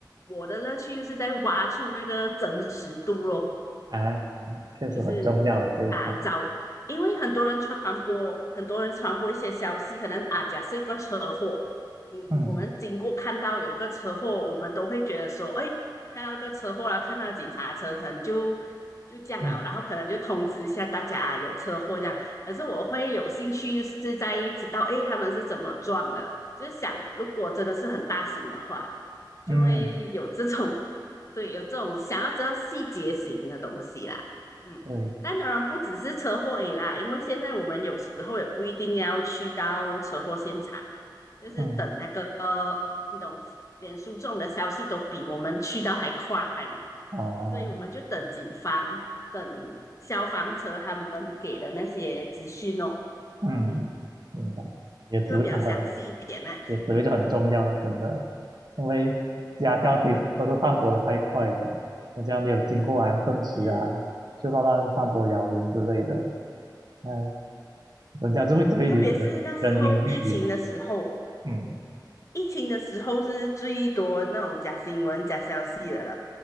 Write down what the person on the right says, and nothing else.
啊，确实很重要诶，
这一块。
嗯
嗯
嗯，
对，
嗯
哦，
嗯，
明白。也的职位可能很
也职位就很重要了，真的，因为假消息都是散播的太快了，人家没有经过完证实啊，
就乱乱散播谣言之类的，哎，人家就会只会人人云亦云了，
嗯